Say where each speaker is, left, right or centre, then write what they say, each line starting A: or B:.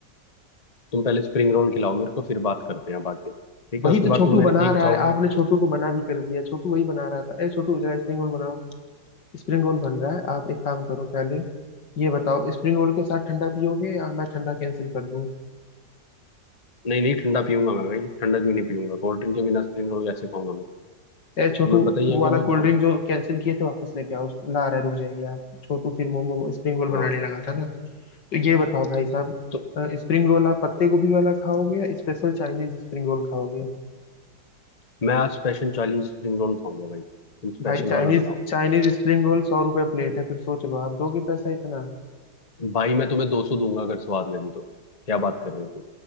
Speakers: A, on the left (about 25°); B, on the left (about 80°).
A: तुम पहले स्प्रिंग रोल खिलाओ मेरे को फिर बात करते हैं बाकी ठीक
B: वही
A: है उसके
B: तो
A: बाद
B: छोटू
A: तुम मेरे
B: बना
A: एक
B: रहा
A: चाव
B: है
A: में
B: आपने छोटू को मना भी कर दिया छोटू वही बना रहा था ए छोटू जरा स्प्रिंग रोल बनाओ स्प्रिंग रोल बन रहा है आप एक काम करो पहले ये बताओ स्प्रिंग रोल के साथ ठंडा पियोगे या मैं ठंडा कैंसिल कर दूं
A: नहीं नहीं ठंडा पीऊंगा मैं भाई ठंडा क्यों नहीं पीऊंगा कोल्ड ड्रिंक के बिना स्प्रिंग रोल कैसे खाऊंगा मैं
B: ए
A: तुम्हें
B: छोटू
A: पता ही
B: वो
A: है
B: वाला
A: कि मैं
B: कोल्ड
A: थोड़ा
B: ड्रिंक जो कैंसिल किए थे वापस लेके आओ उसको ला आ रहा है रुक जाइए आप छोटू फिर मोमो स्प्रिंग रोल
A: हाँ
B: बनाने लगा था ना तो ये बताओ भाई साहब
A: तो
B: स्प्रिंग रोल आप पत्ते गोभी वाला खाओगे या स्पेशल चाइनीज स्प्रिंग रोल खाओगे
A: मैं आज स्पेशल चालीस स्प्रिंग रोल खाऊंगा भाई तुम स्पेशल
B: भाई चाइनीज
A: वाला बनाओ
B: चाइनीज स्प्रिंग रोल सौ रुपए प्लेट है फिर सोच लो आप दोगे पैसा इतना
A: भाई मैं तुम्हें दो सौ दूंगा अगर स्वाद लगी तो क्या बात कर रहे हो तुम